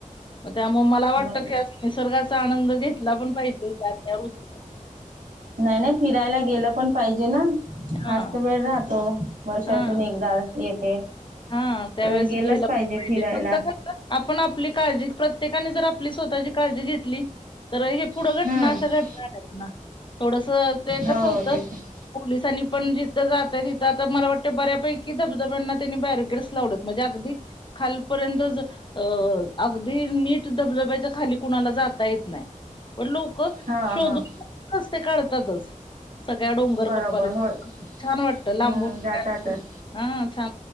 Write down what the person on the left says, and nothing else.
त्यामुळ मला वाटत
की अस. निसर्गाचा आनंद घेतला पण पाहिजे त्या त्या ऋतू
हां,
हां.
हां, त्यावेळेस
गेलं
पण
फक्त कसं आपण आपली काळजी प्रत्येकाने जर आपली स्वतःची काळजी घेतली. तर हे पुढं
घटना अशा घडणार आहेत ना थोडस ते कसं
होतं.
पोलिसांनी पण जिथं जातय तिथं आता मला वाटतं बऱ्यापैकी धबधब्यांना. त्यांनी बाहेर गेस लावत म्हणजे अगदी <unintelligible> खालपर्यंत अ अगदी नीट दबधब्याच्या खाली कुणाला जाता येत नाही. पण लोक
शोधून
असते रस्ते काढतातच. सगळ्या डोंगर
कपारी त
छान वाटत
लांबूनला
हा छान.